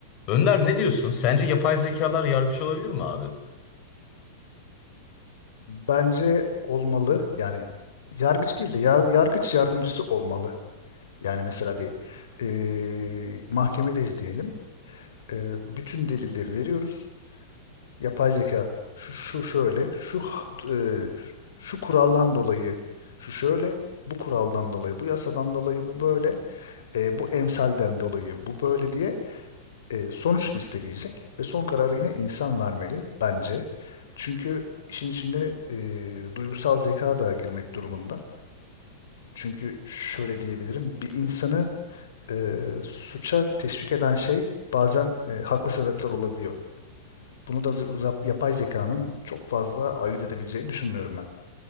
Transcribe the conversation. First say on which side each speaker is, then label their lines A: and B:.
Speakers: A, on the left; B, on the left.
A: Önder ne diyorsun? Sence yapay zekalar yargıç olabilir mi abi?
B: Bence olmalı. Yani yargıç değil de yar- yargıç yardımcısı olmalı. Yani mesela bir eee mahkemedeyiz diyelim. Eee, bütün delilleri veriyoruz. Yapay zeka şu, şu şöyle, şu h- eee, şu kuraldan dolayı şu şöyle, bu kuraldan dolayı, bu yasadan dolayı bu böyle, eee, bu emsalden dolayı bu böyle diye e, sonuç listeleyecek ve son kararı yine insan vermeli bence. Çünkü işin içinde e, duygusal zeka da girmek durumunda. Çünkü şöyle diyebilirim, bir insanı e, suça teşvik eden şey bazen e, haklı sebepler olabiliyor. Bunu da z- zap- yapay zekanın çok fazla ayırt edebileceğini düşünmüyorum ben.